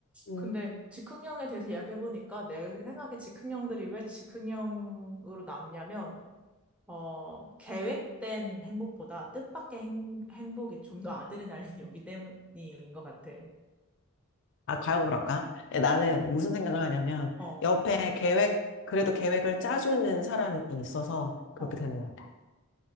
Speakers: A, on the left (about 55°); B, in the centre.
A: 음.
B: 근데 즉흥형에 대해서 이야기해보니까 내 생각에 즉흥형들이 왜 즉흥형으로 남냐면, 어, 계획된 행복보다 뜻밖의 행, 행복이 좀 더 아드레날린이 오기 때문인 것 같아.
A: 아, 과연 그럴까? 예, 나는 무슨 생각을 하냐면,
B: 어,
A: 옆에 계획, 그래도 계획을 짜주는 사람이 있어서 그렇게
B: 어.
A: 되는 것 같아.